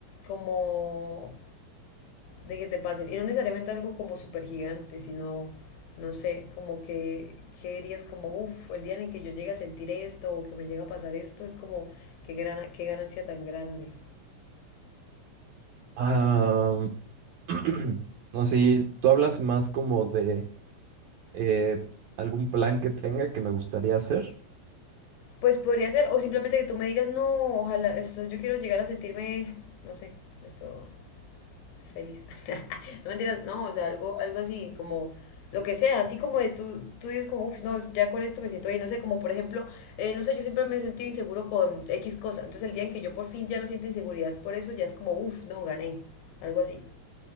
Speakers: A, on the left; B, on the right.
A: como de que te pasen? Y no necesariamente algo como súper gigante, sino, no sé, como que, ¿qué dirías? Como, uff, el día en el que yo llegue a sentir esto o que me llega a pasar esto, es como, qué gran, qué ganancia tan grande.
B: Ah, <clears throat> no sé, tú hablas más como de eh, algún plan que tenga que me gustaría hacer.
A: Pues podría ser, o simplemente que tú me digas, no, ojalá, esto, yo quiero llegar a sentirme, no sé, esto, feliz. <laughs> No mentiras, no, o sea, algo, algo así como lo que sea, así como de tú, tú dices como, uff, no, ya con esto me siento bien, no sé, como por ejemplo, eh, no sé, yo siempre me he sentido inseguro con X cosa, entonces el día en que yo por fin ya no siento inseguridad por eso, ya es como, uff, no, gané, algo así,